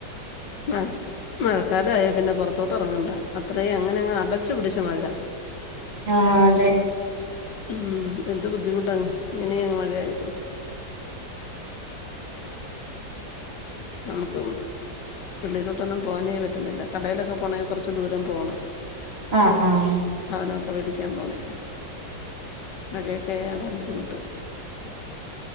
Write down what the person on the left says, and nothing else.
മഴ മഴക്കാലായാ പിന്നെ പുറത്തോട്ട് എറങ്ങണ്ട അത്രയും അങ്ങനെയങ്ങ് അടച്ചു പിടിച്ച മഴ
ഉം എന്ത് ബുദ്ധിമുട്ടങ്ങ് ഇങ്ങനെയങ്ങ് മഴയായപ്പോ നമുക്കും വെളിയിലോട്ടൊന്നും പോവാനേ പറ്റുന്നില്ല കടയിലൊക്കെ പോണെങ്കി കൊറച്ച് ദൂരം പോണം
സാധനവൊക്കെ വേടിക്കാൻ പോണേ? മഴയൊക്കൊ ആയാ അതാ ബുദ്ധിമുട്ട്